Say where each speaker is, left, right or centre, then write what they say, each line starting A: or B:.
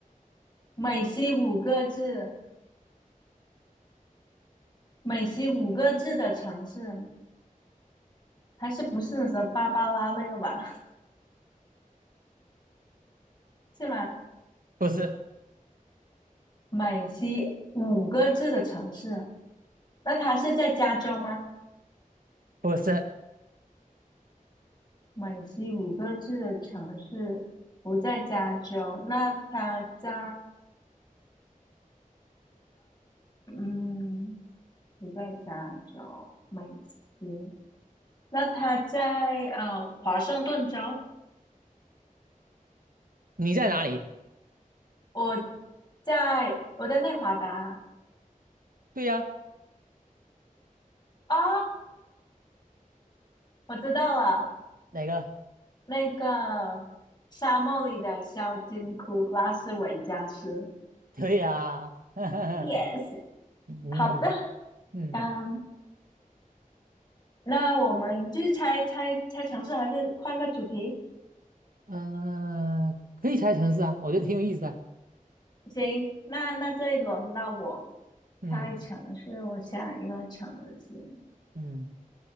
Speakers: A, on the left; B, on the right.
A: 美西五个字，美西五个字的城市，还是不是那什么芭芭拉那个吧？<laughs> 是吗？
B: 不是，
A: 美西五个字的城市，那它是在加州吗？
B: 不是。
A: 美西五个字的城市不在加州，那它在嗯不在加州，美西，那它在呃华盛顿州，
B: 你在哪里？
A: 我在我在内华达
B: 对呀，
A: 啊，我知道了。
B: 哪个？
A: 那个沙漠里的小金库，拉斯维加斯。
B: 对呀。<laughs>
A: Yes，
B: 嗯
A: 好的，
B: 嗯
A: 嗯，那我们继续猜猜猜城市，还是换个主题？
B: 呃，可以猜城市啊，我觉得挺有意思的。
A: 行，那那这一轮到我
B: 嗯
A: 猜城市，我想一个城市。
B: 嗯